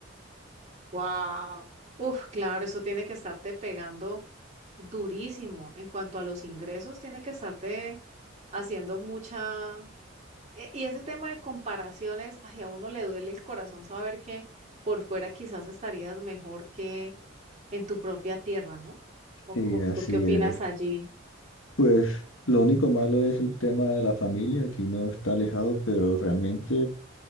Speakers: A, on the right; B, on the left.
A: Wow. Uf, claro, eso tiene que estarte pegando durísimo. En cuanto a los ingresos, tiene que estarte haciendo mucha, E- Y ese tema de comparaciones, ay, a uno le duele el corazón saber que por fuera quizás estarías mejor que en tu propia tierra, ¿no? ¿O,
B: Sí,
A: o
B: así
A: tú qué opinas
B: es.
A: allí?
B: Pues lo único malo es el tema de la familia, que uno está alejado, pero realmente